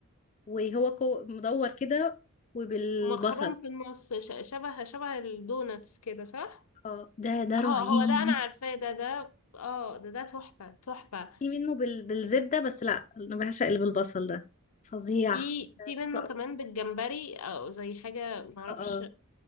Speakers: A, on the left; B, on the left.
A: وهو كو مدور كده وبالبصل
B: مخروم في النص ش- شبه شبه الدوناتس كده صح
A: اه ده ده
B: اه
A: رهيب
B: هو ده انا عارفاه ده ده اه ده ده تحفه تحفه
A: في منه بال... بالزبده بس لا انا بعشق اللي بالبصل ده فظيع
B: في
A: انا
B: في منه
A: بحبه قوي
B: كمان بالجمبري او زي حاجه معرفش
A: اه